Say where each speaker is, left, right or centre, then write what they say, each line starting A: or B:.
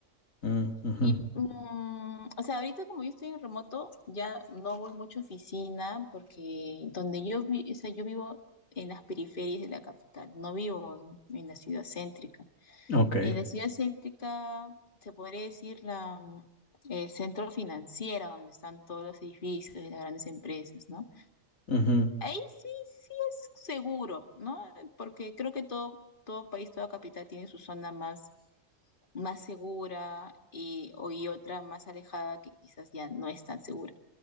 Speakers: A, on the left; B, on the left.
A: Mm, ujú,
B: Y, mm, o sea, ahorita como yo estoy en remoto, ya no voy mucho a oficina porque donde yo vi, o sea, yo vivo en las periferias de la capital, no vivo en, en la ciudad céntrica.
A: Ok.
B: Y en la ciudad céntrica se podría decir la, mm, el centro financiero donde están todos los edificios de las grandes empresas, ¿no?
A: ujú,
B: Ahí sí, sí es seguro, ¿no? Porque creo que todo, todo país, toda capital tiene su zona más más segura y, o, y otra más alejada que quizás ya no es tan segura.